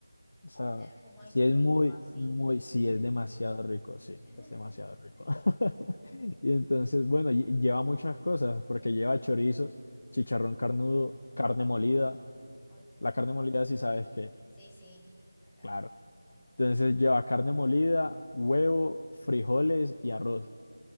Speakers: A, on the left (about 45°); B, in the centre.
A: O sea,
B: Deja como algo
A: sí es
B: rico,
A: muy,
B: así,
A: muy,
B: contundente.
A: sí es demasiado rico, sí,
B: <laughs>
A: es demasiado rico. <laughs> Y entonces, bueno, lle- lleva muchas cosas, porque lleva chorizo, chicharrón carnudo, carne molida.
B: Ay, qué
A: La
B: rico.
A: carne molida, si sabes qué,
B: Sí, sí, acá
A: claro.
B: se come.
A: Entonces lleva carne molida, huevo, frijoles y arroz